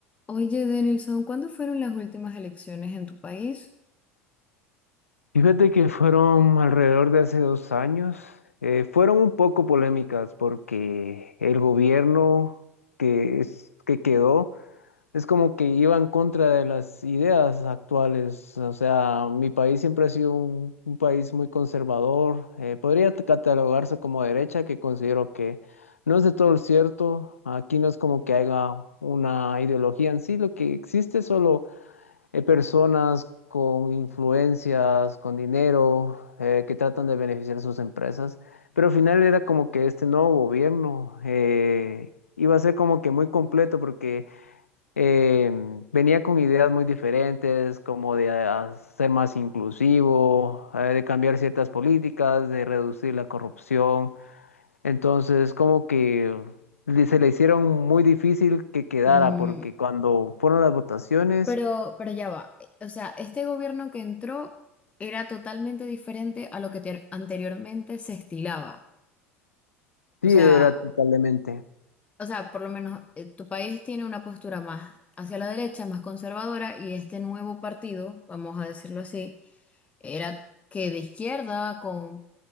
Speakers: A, on the left; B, on the left.
A: Oye, Denilson, ¿cuándo fueron las últimas elecciones en tu país?
B: Fíjate que fueron alrededor de hace dos años. eh, fueron un poco polémicas porque el gobierno que, es, que quedó es como que iba en contra de las ideas actuales. O sea, mi país siempre ha sido un, un país muy conservador. eh, podría t- catalogarse como derecha, que considero que no es de todo cierto. Aquí no es como que haya una ideología en sí. Lo que existe solo hay personas con influencias, con dinero, eh, que tratan de beneficiar a sus empresas, pero al final era como que este nuevo gobierno eh, iba a ser como que muy completo porque eh, venía con ideas muy diferentes, como de ah, ser más inclusivo, eh, de cambiar ciertas políticas, de reducir la corrupción. Entonces, como que le- se le hicieron muy difícil que quedara
A: Mm,
B: porque cuando fueron las votaciones,
A: pero, pero ya va. O sea, este gobierno que entró era totalmente diferente a lo que ter- anteriormente se estilaba.
B: Sí,
A: O sea,
B: era totalmente.
A: o sea, por lo menos eh, tu país tiene una postura más hacia la derecha, más conservadora, y este nuevo partido, vamos a decirlo así, era que de izquierda, con,